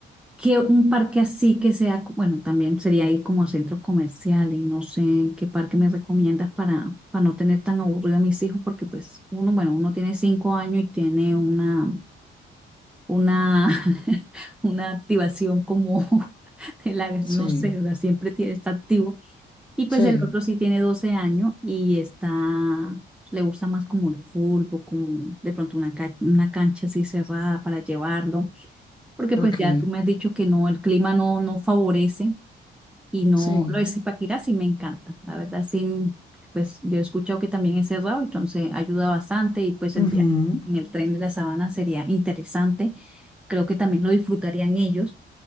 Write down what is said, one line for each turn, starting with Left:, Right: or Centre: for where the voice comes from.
Centre: que un parque así que sea, co- bueno, también sería ir como a centros comerciales, no sé qué parque me recomiendas para, para no tener tan aburrido a mis hijos, porque pues uno, bueno, uno tiene cinco años y tiene una, una, <laughs> una activación como <laughs> de la,
Left: Sí,
Centre: no sé, o sea, siempre tiene, está activo. Y pues
Left: sí,
Centre: el otro sí tiene 12 años y está, pues, le gusta más como el fútbol, como de pronto una, ca- una cancha así cerrada para llevarlo. Porque pues
Left: ok,
Centre: ya tú me has dicho que no, el clima no, no favorece y no,
Left: sí.
Centre: lo de Zipaquirá sí me encanta. La verdad sí, pues yo he escuchado que también es cerrado, entonces ayuda bastante y pues
Left: Ujú.
Centre: el viaje en el tren de la sabana sería interesante. Creo que también lo disfrutarían ellos,